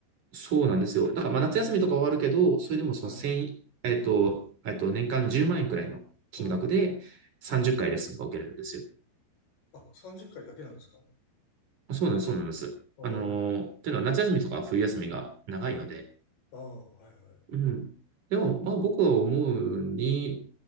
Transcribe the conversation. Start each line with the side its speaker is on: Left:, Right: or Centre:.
Right: そうなんですよ。だから、まあ、夏休みとかはあるけど、
Left: えー
Right: それでもその1えっと、
Left: はい。
Right: えっと、年間10万円くらいの金額で30回レッスンが受けれるんですよ。
Left: はい。あ、30回だけなんですかあ
Right: あそうなんです、そうなんです。
Left: あー、
Right: あのー、というのは夏休みとか冬休みが長いので、
Left: はい。ああ、はい、はい。
Right: うん。でも、まあ僕は思うに、
Left: えー、